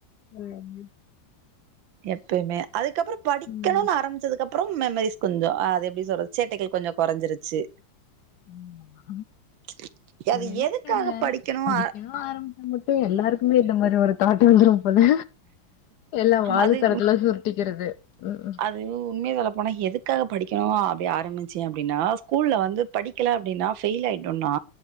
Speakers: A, on the left (about 65°); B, on the right (about 80°).
A: போலாமா
B: எப்பயுமே அதுக்கப்புறோ படிக்கணுன்
A: ம்.
B: ஆரம்பிச் ச்சதுக் அப்றம் மெமரிஸ் கொஞ்சோ ஆ அது எப்டி சொல்றது சேட்டைகள் கொஞ்சோ கொறஞ்சுருச்சு
A: ஆமா.
B: ம்ச் அது
A: என்னன்னு
B: எதுக்காக
A: தெரியல
B: படிக்கணு
A: படிக்கணும்
B: அ
A: ஆரம்பிச்சா மட்டு எல்லாருக்குமே இந்த மாரி ஒரு தாட்டு வந்துரு போல எல்லா வாலு
B: அது
A: தடத்துலா சுருட்டிக்கிறது ம்ம்
B: அன் உண்மைைய சொல்ல போனா எதுக்காக படிக்கணு அப்டி ஆரம்பிச்சே அப்டின்னா ஸ்கூல்ல வந்துப் படிக்கல அப்படின்னா ஃபெயில் ஆயிடோம்னா